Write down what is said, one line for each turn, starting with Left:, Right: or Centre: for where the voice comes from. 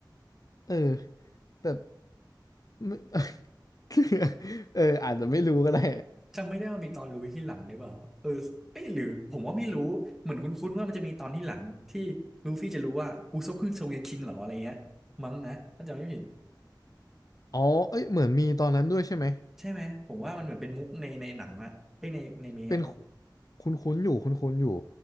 Left: เออแต่ไม่ <laughs> <laughs> เอออาจจะไม่รู้ก็ได้
Centre: จำไม่ได้ว่ามีตอนรู้ที่หลังหรือเปล่าเออเอ้ยหรือผมว่าไม่รู้ เหมือนคุ้นๆว่ามันจะมีตอนที่หลังที่ลูฟี่จะรู้ว่าอุซปคือทรงเรียนคิงเหรออะไรเงี้ยมั้งนะถ้าจำไม่ผิด
Left: อ๋อเอ้ยเหมือนมีตอนนั้นด้วยใช่ไหม
Centre: ใช่ไหมผมว่ามันเหมือนเป็นมุกในในหนังอะเอ้ยในในเมะอะ
Left: เป็นคุ้นคุ้นๆอยู่คุ้นคุ้นอยู่